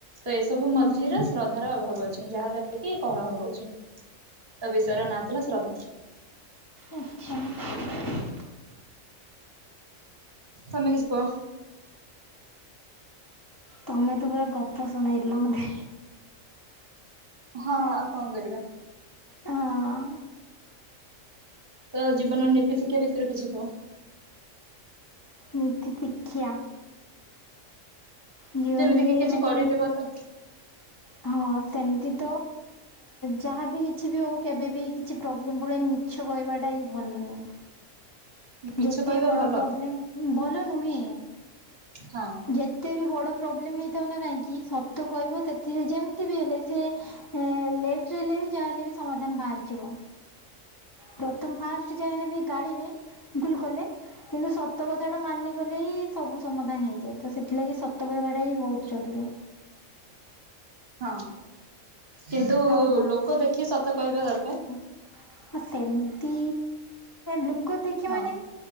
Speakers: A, on the right (about 45°); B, on the left (about 20°).
A: ତ ଏସବୁ ମଝିରେ
B: ହୁଁ
A: ଶ୍ରଦ୍ଧାର ଅଭାବ ଅଛି। ଯାହା ଦ୍ଵାରା କି କଳହ ହୋଉଛି, ତ ବିଷୟର ନାଁ ଥିଲା ଶ୍ରଦ୍ଧା।
B: ଆଚ୍ଛା <unintelligible>
A: ତମେ କିଛି କୁହ।
B: ତମେ ତ ପୁରା ଗପ ଶୁଣାଇଦେଲ ମତେ।
A: ହଁ ଆଉ କଁଅ କରିବା।
B: ହଁ
A: ତ ଜୀବନର ନୀତି ଶିକ୍ଷା ବିଷୟରେ କିଛି କୁହ?
B: ନୀତି ପିକ୍ଷା। ଜୀବନରେ
A: ଯେମିତି କି କିଛି
B: ମାନେ
A: କରିଥିବ ତ
B: ହଁ ସେମିତି ତ ଯାହାବି କିଛି ବି ହଉ କେବେବି କିଛି ପ୍ରୋବ୍ଲେମ ପରେ ମିଛ କହିବାଟା ହିଁ ଭଲ ନୁହେଁ।
A: ମିଛ
B: ଯେତେ
A: କହିବା
B: ବି ବଡ଼
A: ଭଲ
B: ପ୍ରୋବ୍ଲେମ୍ ହୋଉ ଭଲ ନୁହେଁ।
A: ହଁ।
B: ଯେତେ ବି ବଡ଼ ପ୍ରୋବ୍ଲେମ୍ ହେଇଥାଉ ନା କାହିଁକି ସତ କହିବ ସେଥିରେ ଯେମିତି ବି ହେଲେ। ସେ ଲେଟ୍ ଟ୍ରେ ହେଲେ ବି ଯାହାହେଲେ ବି ସମାଧାନ ବାହାରିଯିବ, ପ୍ରଥମ ଫାଷ୍ଟ୍ ଯାହେଲେ ବି ଗାଳିବେ। ଭୁଲ କଲେ କିନ୍ତୁ ସତ କଥାଟା ମାନିଗଲେ ହିଁ ସବୁ ସମାଧାନ ହେଇଯାଏ। ତ ସେଥିଲାଗି ସତ କହିବାଟା ହିଁ ବୋହୁତ୍ ଜରୁରୀ।
A: ହଁ କିନ୍ତୁ
B: ଆଉ
A: ଲୋକ ଦେଖି ସତ କହିବା ଦରକାର୍।
B: ଆ ସେମିତି ଲୋକ ଦେଖି
A: ହଁ।
B: ମାନେ?